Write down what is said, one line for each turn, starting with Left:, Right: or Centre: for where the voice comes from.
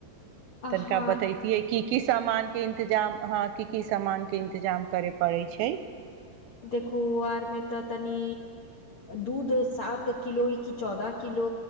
Right: तनिकाह
Left: हँ
Right: बतयति की की सामानके इ इन्तजाम हँ क की सामानके इन्तजाम करय पड़ैत छै
Left: देखू आर मे तऽ तनी दूध सात किलो कि चौदह किलो